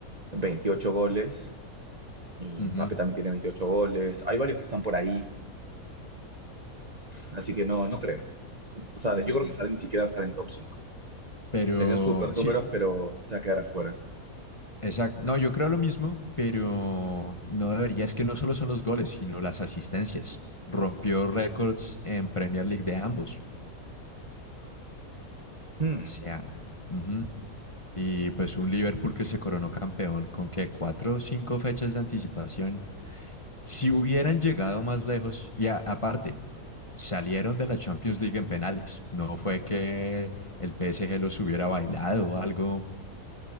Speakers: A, on the right; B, on the left.
A: 28 goles y
B: Ujú.
A: Mbappé también tiene 28 goles. Hay varios que están por ahí, así que no, no creo. O sea, yo creo que Salah ni siquiera va a estar en top 5.
B: Pero
A: Tenía super
B: sí,
A: números, pero se va a quedar afuera.
B: exacto. No, yo creo lo mismo, pero no debería. Es que no solo son los goles, sino las asistencias. Rompió récords en Premier League de ambos.
A: Hmm,
B: O sea, ujú. Y pues un Liverpool que se coronó campeón con que cuatro o cinco fechas de anticipación. Si hubieran llegado más lejos, y a- aparte, salieron de la Champions League en penales. No fue que el PSG los hubiera bailado o algo,